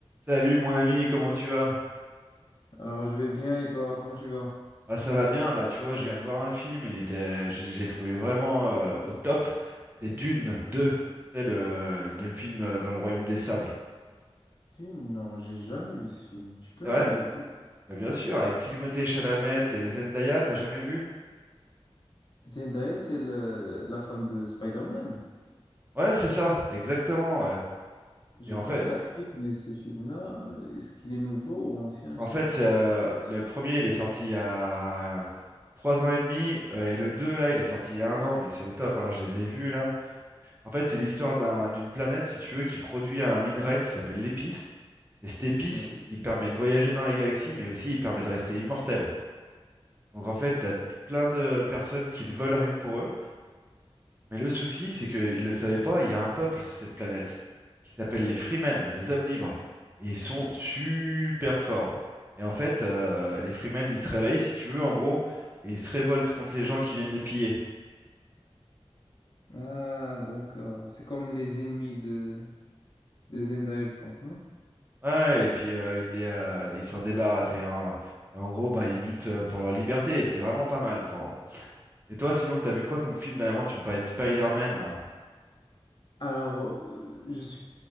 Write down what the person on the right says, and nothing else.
Salut mon ami, comment tu vas?
Bah ça va bien là, tu vois, je viens de voir un film, il était, je, je l'ai trouvé vraiment euh, au top. C'est Dune 2, c'est le, le film euh, dans le Royaume des Sables.
C'est
vrai?
Bah bien sûr, avec Timothée Chalamet et Zendaya, t'as jamais vu?
Ouais, c'est ça, exactement, ouais.
Et en
fait,
en
fait,
c'est, euh, le premier il est sorti il y a trois ans et demi, euh, et le 2 là, il est sorti il y a un an, mais c'est au top, hein, je les ai vus là. En fait, c'est l'histoire d'un, d'une planète, si tu veux, qui produit un minerai qui s'appelle l'épice. Et cette épice,
il permet de voyager dans la galaxie, mais aussi il permet de rester immortel. Donc en fait, t'as plein de personnes qui le veulent rien que pour eux. Mais le souci, c'est qu'ils ne le savaient pas, il y a un peuple sur cette planète qui s'appelle les Freemen, les hommes libres. Et ils sont super forts. Et en fait, euh, les Freemen, ils se réveillent, si tu veux, en gros, et ils se révoltent contre les gens qui viennent les piller.
Ouais, et puis euh, ils les, euh, ils s'en débarrassent. Et en, en gros, bah, ils luttent euh, pour leur liberté. Et c'est vraiment pas mal, quoi. hein. Et toi, sinon, t'as vu quoi comme film dernièrement? Tu me parlais de Spider-Man, là.